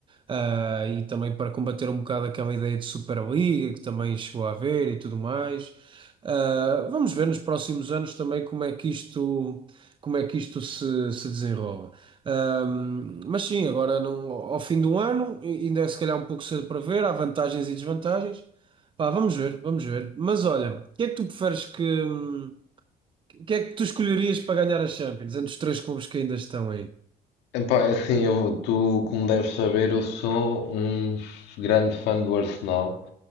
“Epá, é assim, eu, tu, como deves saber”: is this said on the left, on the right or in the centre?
Left